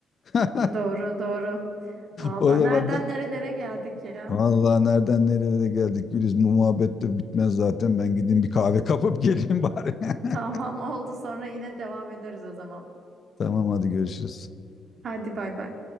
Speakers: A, on the left (about 50°); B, on the right (about 55°).
A: <laughs>
B: Doğru, doğru. Vallahi
A: O zaman
B: nereden
A: da
B: nerelere geldik ya.
A: Vallahi nereden nerelere geldik Güliz. Bu muhabbet de bitmez zaten. Ben gideyim bir kahve kapıp geleyim bari. <laughs>
B: Tamam oldu sonra yine devam ederiz o zaman.
A: Tamam hadi görüşürüz.
B: Hadi bay bay.